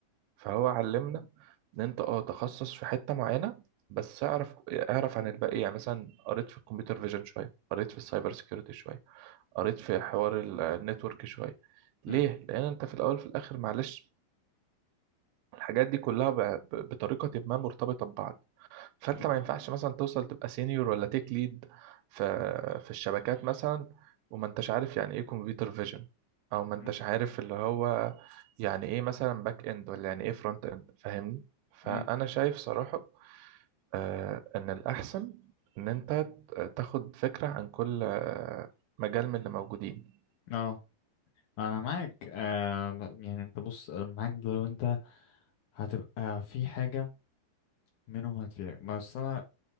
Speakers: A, on the right (about 75°); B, on the left (about 65°).
A: فهو علمنا ان انت اه تخصص في حته معينه بس اعرف اعرف عن الباقي يعني مثلا قريت في الكمبيوتر فيجن شويه قريت في السايبر سيكيورتي شويه قريت في حوار النتورك شويه ليه
B: مم.
A: لان انت في الاول في الاخر معلش الحاجات دي كلها ب- ب- بطريقة ما مرتبطة ببعض فأنت
B: مم.
A: ما ينفعش مثلا توصل تبقى سينيور ولا تيك ليد في في الشبكات مثلا وما انتش عارف يعني ايه كمبيوتر فيجن او ما انتش
B: مم.
A: عارف اللي هو يعني ايه مثلا باك اند ولا يعني ايه فرونت اند فاهمني فأنا
B: مم.
A: شايف صراحة آه، ان الأحسن ان انت ت- تاخد فكرة عن كل آه، مجال من اللي موجودين
B: اه انا معاك آه ب- يعني انت بص أنا معاك لو انت هتبقى في حاجة منهم هتفيدك بس انا